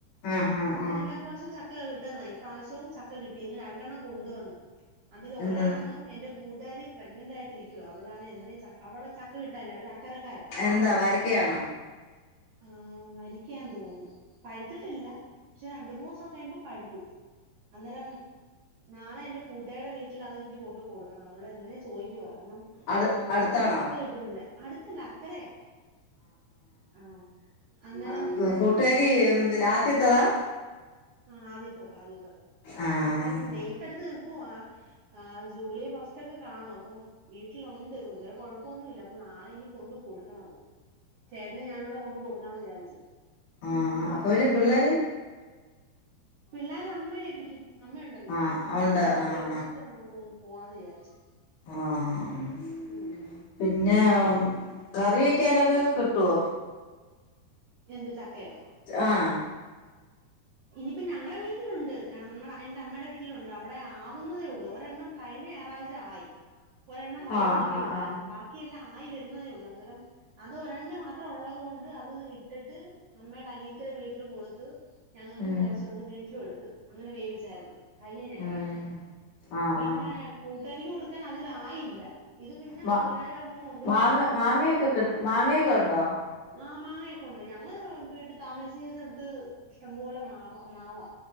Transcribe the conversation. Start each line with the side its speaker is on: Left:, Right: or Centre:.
Left: ആഹ് ആഹ്
Right: അവിടുന്ന്
Left: ആഹ്
Right: എല്ലാ പ്രാവശ്യവും ചക്ക കിട്ടുന്നാവശ്യം ഇവും ചക്ക കിട്ടിന്ന് രണ്ടെണ്ണം കൊണ്ടുവന്ന് അതിൽൊരെണ്ണം
Left: എന്തെന്ന്
Right: എന്റെ കൂട്ടുകാരി പ്രെ്നന്റ് ആയിട്ട്രിക്ക റ്റ് അവളാണെ എന്നും ച അവടെ ചക്ക കിട്ടാല്ല അവര് അക്കരക്കാരാ
Left: എന്താ വരിക്കയാണോ
Right: ഉം വരിക്കെന്ന് തോന്ന്ന്നു പഴ്ത്ത്ട്ടില്ല. പക്ഷെ രണ്ട് മൂന്നൂ സം കയുമ്പം പഴുക്കും അന്നേരം നാളെ എന്റെ കൂട്ടുകാരടെ വീട്ടില് അതെനിക്ക് കൊണ്ട് കൊടുക്കണം അവള് എന്നെ ചോയ്ക്കുവ കാരണം
Left: അടു അടുത്താണോ
Right: അവടെ ചക്ക കിട്ടത്തില്ല അട്ത്ത്ള്ളെ അക്കരയാ ആഹ് അന്നേരം
Left: ആഹ് കൂട്ടുകാരി
Right: അത് ഞ്
Left: ആദ്യത്തതാ
Right: ആ ആദ്യത്തെ താ ആദത്തെതാ
Left: ആഹ്
Right: ഇപ്പം ഡേറ്റ ട്ത്ത് നിക്കു ക്കുവാ ഏഹ് ജൂലൈ ഫസ്റ്റൊക്കെ കാണും അപ്പം വീട്ടിലുണ്ട് ഇത് വരെ ക്കെഴപ്പൊന്നുല്ല അപ്പൊ നാളെ നി കൊണ്ട് കൊടുക്കണത് ചേട്ടനും ഞാനുടെ കൊണ്ട് കൊടുക്കാന്ന് വിചാരി
Left: ആഹ്അപ്പൊ ഇനി പിള്ളേര്
Right: പിള്ളോര് അമ്മ ഏപ്പിക്കും. അമ്മയുണ്ടല്ലോ
Left: ആഹ് ഉണ്ട്
Right: അമ്മ
Left: ആഹ്
Right: അങ്ങോട്ട് ഏപ്പിച്ചിട്ട് പൊയ്ക്കോളാം എന്ന് വിചാരിച്ചു.
Left: ആഹപിന്നെ
Right: ഉം
Left: കറി വക്കാനൊക്കെ കിട്ടുവ
Right: എന്ത്ചക്കയോ
Left: ആഹ
Right: ഇനിയിപ്പ ഞങ്ങളടെ വീട്ടിലുണ്ട് ഞങ്ങടെ എന്റെ അമ്മയുടെ വീട്ടിലുണ്ട്. ഇവിടെ ആവുന്നതേ ഉള്ളൂ ഒരെണ്ണം കഴിഞ്ഞ ഞാറാഴ്ച്ച ആയി ഒരെണ്ണം വലുത്
Left: ആഹ്
Right: നിപ്പുണ്ടായിരുന്നു.
Left: ആഹ് ആഹ്
Right: ബാക്കിയെല്ലാം ആയി വരുന്നതേ ഉള്ളൂ അന്നേരം അത് ഒരെണ്ണം മാത്രം ഉള്ളത് കൊണ്ട് അത് ഇട്ടിട്ട് അമ്മയുടെ അനിയത്തിരെ വീട്ടിലും കൊടുത്ത് ഞങ്ങൾക്കും
Left: ഉം
Right: കുറച്ച വന്ന് വീട്ടിലും എടുത്ത് അങ്ങനെ വേവിച്ചായിരുന്നു. കഴിഞ്ഞ ഞായറാഴ്ച
Left: ഉം ആഹ്
Right: പിന്നെ
Left: ആഹ്
Right: കൂട്ട് കാരി ക്ക് കൊടുക്കാൻ അതില ആയില്ല. ഇത് പിന്നെ
Left: മ
Right: മുതലാളിയട അങ്ങന്ന് കൊണ്ടുവന്നത
Left: മാങ്ങ
Right: കൊണ്ട് നാളെ
Left: മാങ്ങയൊക്കെ
Right: പറഞ്ഞു
Left: കിട്ട മാങ്ങയൊക്കെ ഉണ്ടോ
Right: ആ മാങ്ങയൊക്കെ ഉണ്ട് ഞങ്ങള് വീട്ടിൽ താമസിച്ചുന്ന എടുത്ത് ഇഷ്ടം പോലെ മാങ്ങ മാവാ